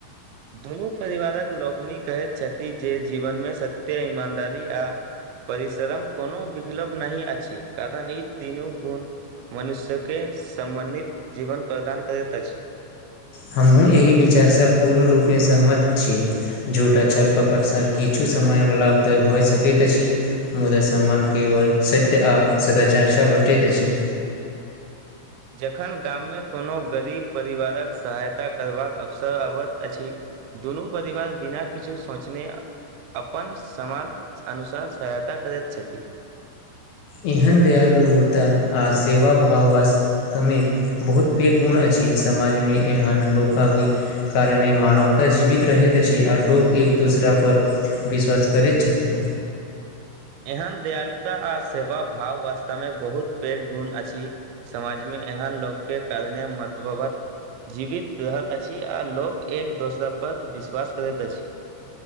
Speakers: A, on the right; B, on the left.
A: दुनू परिवारक लोकनी कहैत छथी जे जीवनमे सत्य ईमानदारी आ- परिशरम कोनो विकलब नहि अछी कारण ई तीनू गून- मनुष्यके समबन्नित जीवन प्रदान करैत अछि।
B: हमहूँ एहि विचारसँ पूर्ण रूपें सहमत छी। जूठ आ छल कपटसँ किछु समय अबल्बध भऽ सकैत अछि। मुदा सम्मान केवल सत्य आ सदाचार सँ बटैत अछि।
A: जखन गाममे कोनो गरीब परिवारक सहायता करबाक अवसर आबत अछि। दुनू परिवार बिना किछु सोचने- अपन समाज अनुसार सहायता करैत छथि।
B: एहन दयालु ओतऽ आ सेवा भाव वास। कमी, बहुत पैघ गुण अछि समाजमे एहन लोक आबि कारण मानवता जीवित रहैत अछि आ लोक एक दोसरा पर विश्वास करैत छथि।
A: एहन दयालुता आ सेवा भाव वास्तव मे बहुत पैघ गुण अछि। समाजमे एहन लोकके कारणे मत्ववत जीवित रहैत अछि आ लोक एक दोसरा पर विश्वास करैत अछि।